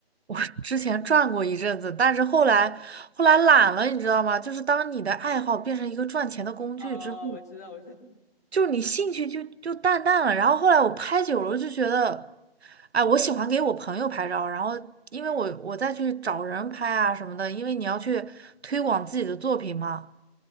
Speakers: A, on the right; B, on the left.
A: 我之前转过一阵子，但是后来后来懒了，你知道吗？就是当你的爱好变成一个赚钱的工具之后，
B: 啊，我知道，我知道。
A: 就是你兴趣就就淡淡了。然后后来我拍久了，就觉得，哎，我喜欢给我朋友拍照，然后因为我我再去找人拍啊什么的，因为你要去推广自己的作品嘛，